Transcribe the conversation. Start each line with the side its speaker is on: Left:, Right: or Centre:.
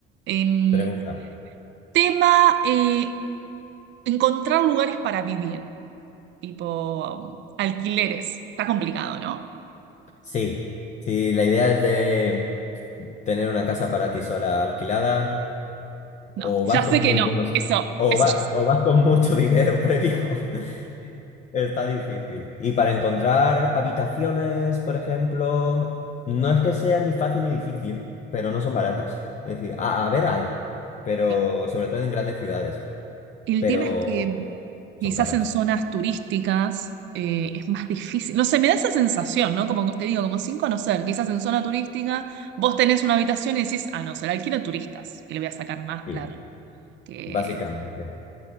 Right: Em,
Left: pregunta.
Right: tema, eh, encontrar lugares para vivir, tipo alquileres. Está complicado, ¿no?
Left: Sí, si la idea es de tener una casa para ti sola alquilada. O
Right: No, ya
Left: vas con
Right: sé que
Left: muy
Right: no.
Left: buenos,
Right: Eso,
Left: o
Right: eso
Left: va-
Right: ya sé.
Left: o vas con mucho <laughs> dinero previo. <laughs> Está difícil. Y para encontrar habitaciones, por ejemplo, no es que sea ni fácil ni difícil, pero no son baratas. Es decir, a, a ver, hay, pero
Right: claro.
Left: sobre todo en grandes ciudades,
Right: El
Left: pero
Right: tema es que
Left: son
Right: quizás
Left: caras.
Right: en zonas turísticas eh, es más difícil. No sé, me da esa sensación, ¿no? Como te digo, como sin conocer. Quizás en zona turística vos tenés una habitación y decís, ah, no, se la alquilo a turistas, que le voy a sacar más
Left: Sí,
Right: plata, que
Left: básicamente.